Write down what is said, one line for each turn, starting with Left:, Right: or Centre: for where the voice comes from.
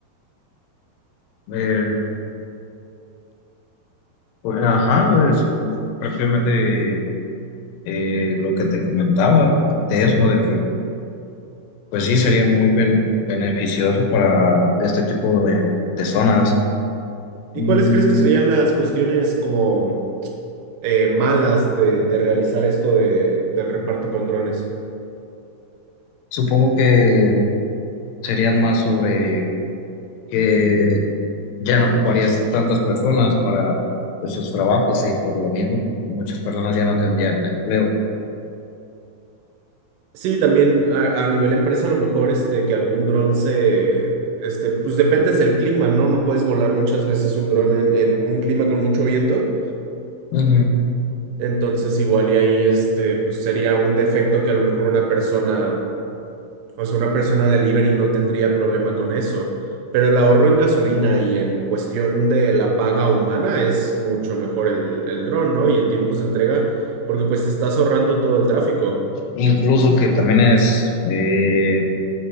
Left: eh, pues, ajá, es prácticamente eh, lo que te comentaba de eso, de que pues sí sería muy ben- beneficioso para este tipo de, de zonas. Mm,
Right: ¿Y cuáles crees que serían las cuestiones como eh, malas de, de realizar esto de- del reparto con drones?
Left: supongo que serían más sobre que ya no ocuparías tantas personas para esos trabajos y por lo mismo muchas personas ya no tendrían empleo.
Right: Sí, también a, a nivel empresa, a lo mejor este, que algún dron se, este, pues dependes del clima, ¿no? No puedes volar muchas veces un dron en, en un clima con mucho viento.
Left: Ujú.
Right: Entonces, igual y ahí, este, pues sería un defecto que a lo mejor una persona, o sea, una persona delivery no tendría problema con eso. Pero el ahorro en gasolina y en cuestión de la paga humana es mucho mejor el, el dron, ¿no? Y en tiempos de entrega, porque pues te estás ahorrando todo el tráfico.
Left: Incluso que también es eh,